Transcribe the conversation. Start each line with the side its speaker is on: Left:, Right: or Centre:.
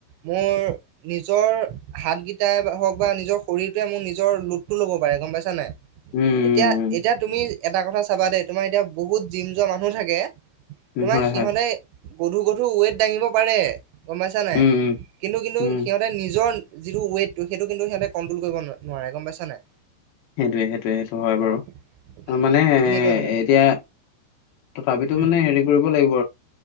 Right: মোৰ, নিজৰ হাতকেইটাই হওক, বা নিজৰ শৰীৰটোৱে মোৰ নিজৰ লোটটো ল'ব পাৰে গম পাইছা নে নাই?
Left: উম
Right: এতিয়া,
Left: উম উম
Right: এতিয়া তুমি এটা কথা চাবা দেই, তোমাৰ এতিয়া বহুত জিম যোৱা মানুহ থাকে তোমাৰ
Left: উম, হয়
Right: সিহঁতে
Left: হয়
Right: গধুৰ গধুৰ ৱেট দাঙিব পাৰে। গম পাইছা নাই,
Left: উম উম
Right: কিন্তু, কিন্তু
Left: উম
Right: সিহঁতে নিজৰ যিটো ৱেইটটো সেইটো কিন্তু সিহঁতে কন্ট্ৰল কৰিব নোৱাৰে, গম পাইছ নাই।
Left: সেইটোৱে, সেইটোৱে, সেইটো হয় বাৰু,
Right: অ' সে-
Left: মানে
Right: সে- সেইটোৱে মানে কথাটো
Left: এতিয়া তথাপিতো
Right: উম
Left: মানে হেৰি কৰিব লাগিব